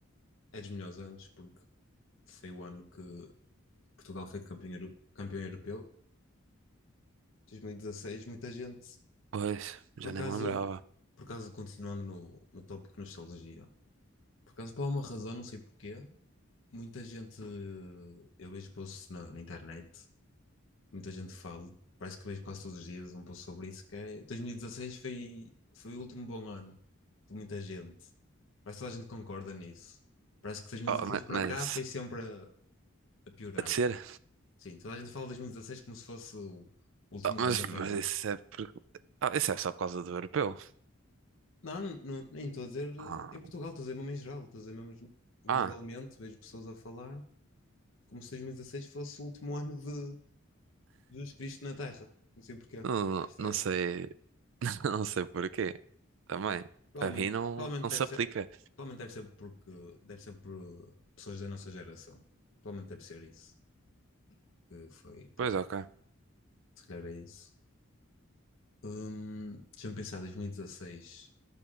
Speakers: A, on the left; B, on the right.
A: é dos melhores anos, porque foi o ano que Portugal foi campeão, euro- campeão europeu, 2016, muita gente,
B: Pois, já
A: por acaso,
B: nem me lembrava.
A: por acaso continuando no, no tópico nostalgia, por acaso por alguma razão, não sei porquê, muita gente eh, eu vejo posts na, na internet muita gente fala, parece que vejo quase todos os dias um pouco sobre isso, que é 2016 foi, foi o último bom ano de muita gente. Parece que toda a gente concorda nisso. Parece que 2016
B: Oh, ma-
A: para
B: mas,
A: cá foi sempre a, a piorar.
B: a descer?
A: Sim, toda a gente fala de 2016 como se fosse o último
B: Oh, mas,
A: ano da Terra.
B: mas isso é por... Ah, isso é só por causa do europeu.
A: Não, não- nem estou a dizer eh,
B: Ah,
A: em Portugal, estou a dizer mesmo em geral, estou a dizer mesmo globalmente,
B: ah.
A: vejo pessoas a falar como se 2016 fosse o último ano de Jesus Cristo na Terra. Não sei porquê,
B: Não,
A: é estranho.
B: não sei, <laughs> não sei porquê. Também,
A: Provavelmente,
B: para mim não,
A: provavelmente
B: não
A: deve
B: se aplica.
A: ser, provavelmente deve ser porque deve ser por pessoas da nossa geração. Provavelmente deve ser isso. Que foi,
B: Pois,
A: pronto,
B: ok.
A: se calhar é isso. Hum, deixa-me pensar, 2016.